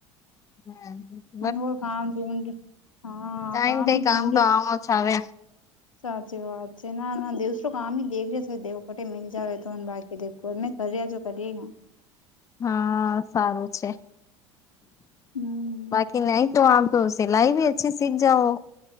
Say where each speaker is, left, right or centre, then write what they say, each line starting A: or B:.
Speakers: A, on the left; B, on the left.
A: હું <inaudible>
B: હું ગામ ધોંડા હા
A: ટાઈમ
B: ગામી
A: કઈ કામ
B: ધુંંડી
A: તો
B: છે.
A: આવો જ આવે
B: સાચી વાત છે, નાના દસામી દર છે દેવકોટે મી જાવ એત બાકી દવો. કર્યા જો કરીએ ગઈ.
A: હા સારું છે,
B: હમ
A: બાકી નઈ તો આમ. તો સિલાઈ ભી અચ્છી સીખ જાઓ.